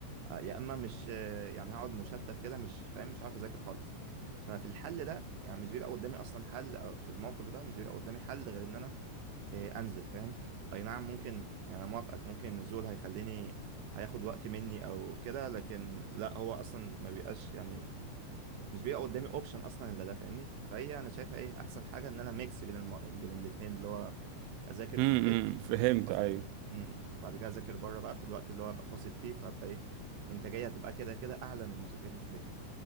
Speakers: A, on the right; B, on the right.
A: آه، يا اما مش آه، يعني هقعد مشتت كده مش فاهم مش عارف اذاكر خالص ففي الحل ده يعني مش بيبقى قدامي اصلا حل أو في الموقف ده مش بيبقى قدامي حل غير ان انا آه، انزل فاهم اي نعم ممكن يعني أنا موافقك ممكن النزول هيخليني هياخد وقت مني او كده لكن لا هو اصلا ما بيبقاش يعني مش بيبقى قدامي اوبشن اصلا الا ده فاهمني فهي انا شايفها ايه احسن حاجه ان انا ميكس بين الم... بين الاتنين اللي هو اذاكر
B: امم
A: في البيت
B: فهمت
A: وز...
B: ايوه
A: مم. وبعد كده اذاكر بره بقى في الوقت اللي هو ابقى فاصل فيه فابقى ايه انتاجيه هتبقى كده كده اعلى من مذاكرتي في البيت